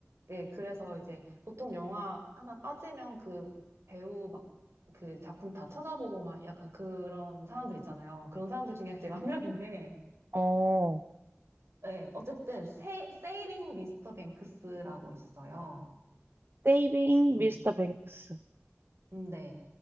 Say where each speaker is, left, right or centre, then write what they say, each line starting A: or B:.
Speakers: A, on the right (about 70°); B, on the right (about 55°).
A: 예, 그래서 이제 보통 영화 하나 빠지면 그 배우 막 그 작품 다 찾아보고 막 약간 그런 사람들 있잖아요. 그런 사람들 중에 제가 한 명인데,
B: 어,
A: <laughs> 예, 어쨌든 세, 세이빙 미스터 뱅크스라고 있어요.
B: 세이빙 미스터
A: 음,
B: 뱅크스.
A: 음, 네.